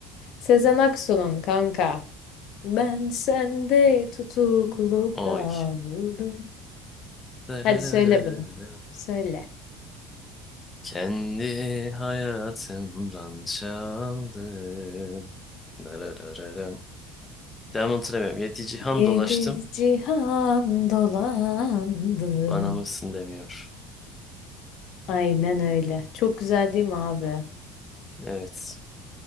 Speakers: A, on the left (about 60°); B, on the left (about 20°).
A: Sezen Aksu'nun kanka. Ben sende tutuklu
B: Oy.
A: kaldım.
B: Dararararararam.
A: Hadi söyle bunu. Söyle.
B: Kendi hayatımdan çaldım. Dararararam. Devamını hatırlamıyorum. Yedi cihan
A: Yedi
B: dolaştım.
A: cihan dolandım.
B: Bana mısın demiyor.
A: Aynen öyle. Çok güzel değil mi abi?
B: Evet.